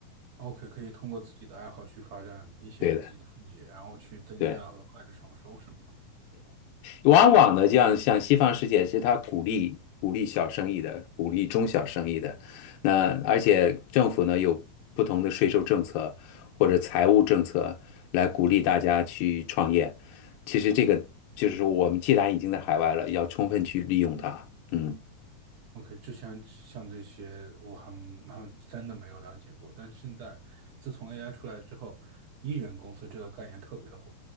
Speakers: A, on the right; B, on the left.
A: OK，可以通过自己的爱好去发展一些自己的副业，
B: 对的，
A: 然后去增加额外的创收，
B: 对。
A: 是吗
B: 往往呢，这样像西方世界，其实他鼓励鼓励小生意的，鼓励中小生意的。那而且政府呢有不同的税收政策或者财务政策来鼓励大家去创业。其实这个就是说，我们既然已经在海外了，要充分去利用它。嗯。
A: ？OK，之前像这些我还还真的没有了解过，但是现在自从 AI 出来之后，艺人公司这个概念特别的火，